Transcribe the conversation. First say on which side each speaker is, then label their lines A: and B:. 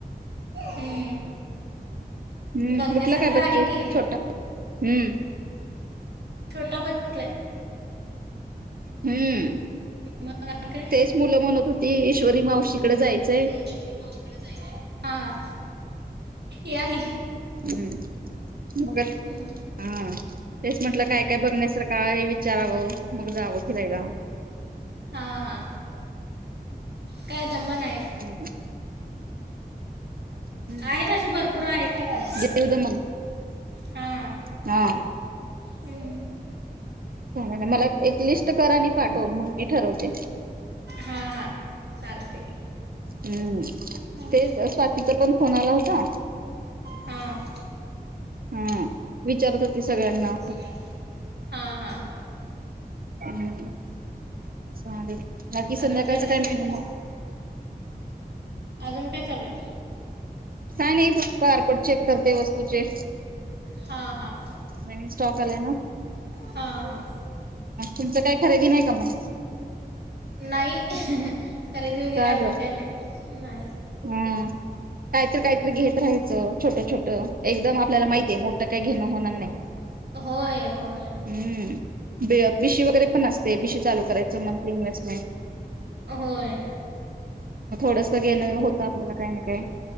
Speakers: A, on the right; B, on the right.
A: हम्म.
B: हम्म
A: बघण्यासारखं
B: उठलं काय बच्चू,,
A: आहे की
B: छोटा,, हम्म.
A: छोटा बचू उठलाय.
B: हम्म
A: मग आणि काय
B: तेच मुल म्हणत होती ईश्वरी मावशीकडे जायचय.
A: ईश्वरी मावशी <unintelligible> हां या की.
B: हम्म मग आता
A: हम्म.
B: हां तेच म्हटल काय काय बघण्यासारख आहे विचाराव मग जाव फिरायला.
A: हां हां काय दमन आहे.
B: हम्म हम्म
A: आहेत तशी भरपूर आहेत ठिकाण
B: दीव दमन
A: हा.
B: हा
A: हम्म
B: चालेल ना मला एक लिस्ट करा आणि पाठवा मग मी ठरवते.
A: हां हां चालतय की.
B: हम्म हम्म
A: हां
B: तेच तर स्वातीचा पण फोन आला होता.
A: हां
B: हम्म विचारत होती सगळ्यांना?
A: सगळ्यांना. हां हां
B: हम्म चालल बाकी
A: अजून
B: संध्याकाळचा
A: चालू
B: काय
A: आहे
B: मेनू मग?
A: अजून काय चालू आहे.
B: काय नाही बस बारकोड चेक करते वस्तूचे.
A: हां हां
B: नवीन स्टॉक आलाय ना.
A: हां हां
B: तुमच काय खरेदी नाही का मग?
A: नाही खरेदी वगैरे
B: का
A: अजून
B: ग
A: काही नाही नाही.
B: हम्म काहीतरी काहीतरी घेत रहायच छोट छोट एकदम आपल्याला माहितीये मोठ काही घेण होणार नाही.
A: होय होय
B: हम्म बे बिशी वगैरे पण असते बिशी चालू करायचं मंथली इन्व्हेस्टमेंट
A: होय
B: मग थोडस घेण होत आपल्याला काही ना काय.